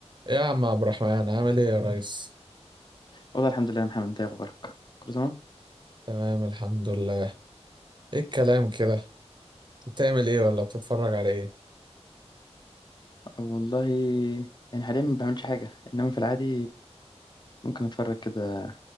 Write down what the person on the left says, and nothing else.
والله الحمد لله يا محمد انت ايه اخبارك كله تمام
أه والله يعني حاليا ما بعملش حاجه انما في العادي ممكن اتفرج كده